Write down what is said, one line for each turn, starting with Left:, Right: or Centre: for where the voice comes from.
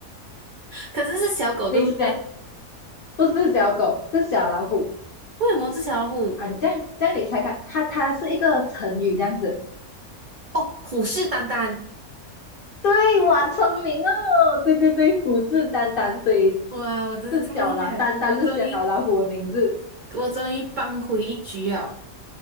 Right: 可是是小狗对不对？
Left: <laughs> 你想不是小狗，是小老虎
Right: 为什么是小老虎？
Left: 啊！你这样这样你猜看，它它是一个成语这样子。
Right: 哦，虎视眈眈。
Left: 对，哇，聪明哦！对对对，虎视眈眈，所以
Right: 哇，我真的太厉害了！
Left: 是小老，眈眈是小老虎的名字。
Right: 我终于，我终于扳回一局了。